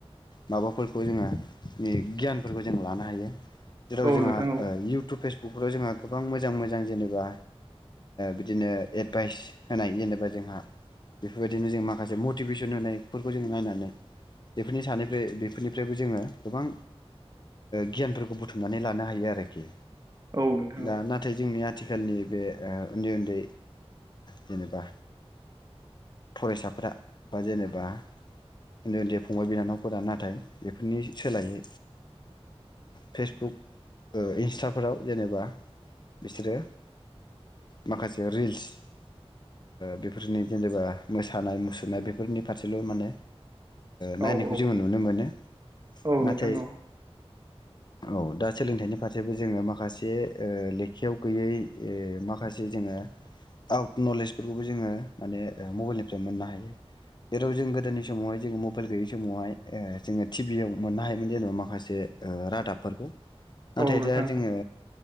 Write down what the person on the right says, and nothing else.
औ
नोंथां औ
औ नोंथां
औ
औ औ
औ
नोंथां औ
औ नोंथां
औ